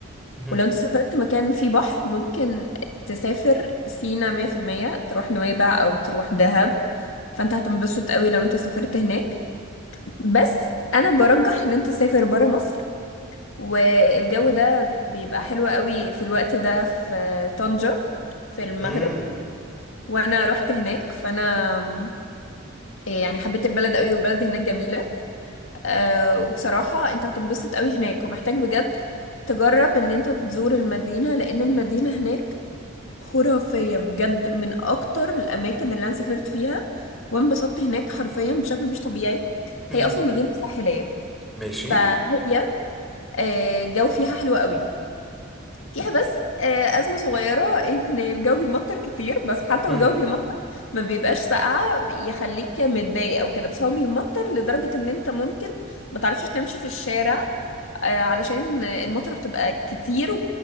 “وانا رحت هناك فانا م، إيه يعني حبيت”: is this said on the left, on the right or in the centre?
Left